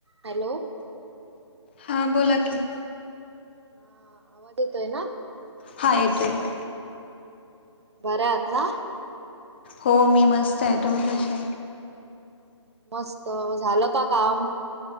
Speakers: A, on the right; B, on the left.
A: Hello.
B: हा बोला की.
A: हा आवाज येतोय ना?
B: हा येतोय.
A: बर्या आहात ना.
B: हो मी मस्त आहे, तुम्ही
A: अ
B: कशा..
A: मस्त, झालं का काम.